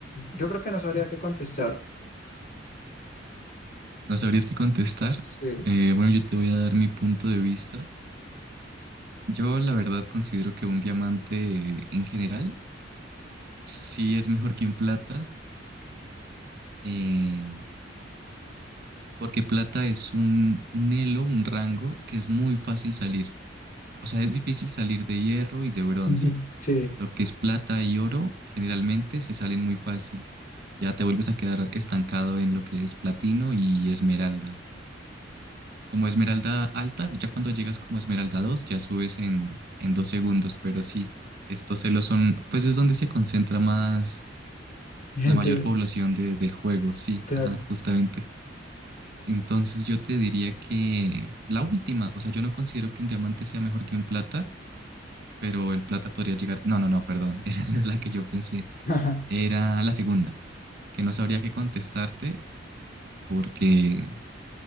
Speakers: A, on the left; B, on the right.
A: yo creo que no sabría
B: <laughs>
A: qué contestar.
B: No sabrías qué contestar.
A: Sí,
B: Eh, bueno, yo te voy a dar mi punto de vista. Yo la verdad considero que un diamante eh, en general sí es mejor que un plata, eh, porque plata es un, un elo, un rango que es muy fácil salir. O sea, es difícil salir de hierro y de bronce.
A: Ujú. sí,
B: Lo que es plata y oro generalmente se salen muy fácil. Ya te vuelves a quedar estancado en lo que es platino y esmeralda. Como Esmeralda alta, ya cuando llegas como Esmeralda 2, ya subes en, en dos segundos, pero sí, estos celos son, pues es donde se concentra más
A: <laughs> gente,
B: la mayor población de- del juego, sí,
A: claro.
B: ajá, justamente. Entonces yo te diría que la última, o sea, yo no considero que un diamante sea mejor que un plata, pero el plata podría llegar, no, no, no, perdón, <laughs> esa no es la que yo pensé,
A: Ajá,
B: era la segunda, que no sabría qué contestarte porque